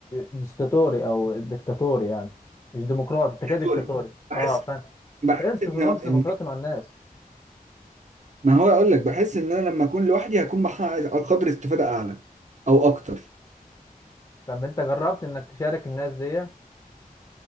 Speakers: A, on the left; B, on the right.
A: دستاتوري او ديكتاتوري يعني مش ديمقراطي انت كده ديكتاتوري
B: دوري بحس
A: اه فاهم
B: بحس
A: انت لازم تكون
B: ان إن-
A: ديمقراطي مع الناس
B: ما هو اقول لك بحس ان انا لما اكون لوحدي هكون محقق قدر استفاده اعلى او اكتر
A: طب انت جربت انك تشارك الناس دي